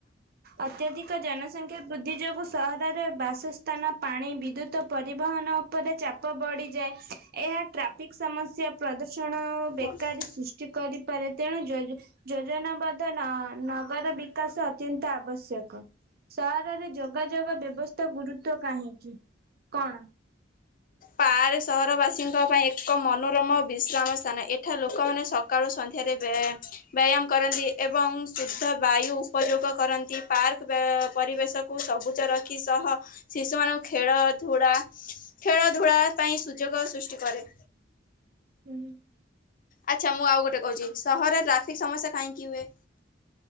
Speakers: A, on the right; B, on the left.
A: ଅତ୍ୟଧିକ ଜନସଂଖ୍ୟା ବୃଦ୍ଧି ଯୋଗୁଁ ସହରରେ ବାସସ୍ଥାନ ପାଣି ବିଦ୍ୟୁତ ପରିବହନ ଉପରେ ଚାପ ବଢିଯାଏ, ଏହା ଟ୍ରାଫିକ୍ ସମସ୍ୟା ପ୍ରଦୂଷଣ ବେକାରୀ
B: ହଁ।
A: ସୃଷ୍ଟି କରିପାରେ ତେଣୁ ଯୋଜ ଯୋଜନାବଦ୍ଧ ନ ନଗର ବିକାଶ ଅତ୍ୟନ୍ତ ଆବଶ୍ୟକ। ସହରରେ ଯୋଗାଯୋଗ ବ୍ୟବସ୍ଥା ଗୁରୁତ୍ୱ କାହିଁକି, କଣ?
B: ପାର୍ ସହରବାସୀଙ୍କ ପାଇଁ ଏକ ମନୋରମ ବିଶ୍ରାମ ସ୍ଥାନ ଏଠା ଲୋକମାନେ ସ ସକାଳୁ ସନ୍ଧ୍ୟାରେ ବ୍ୟାୟା ବ୍ୟାୟାମ୍ କରନ୍ତି ଏବଂ ଶୁଦ୍ଧ ବାୟୁ ଉପଯୋଗ କରନ୍ତି ପାର୍କ ବେ ପରିବେଶ କୁ ସବୁଜ ରଖି ସହ ଶିଶୁମାନଙ୍କୁ ଖେଳ ଧୁଡା ଖେଳ ଧୂଳା ପାଇଁ ସୁଯୋଗ ସୃଷ୍ଟି କରେ।
A: ହୁଁ।
B: ଆଚ୍ଛା ମୁଁ ଆଉ ଗୋଟେ କହୁଛି ସହରରେ ଟ୍ରାଫିକ୍ ସମସ୍ୟା କାହିଁକି ହୁଏ?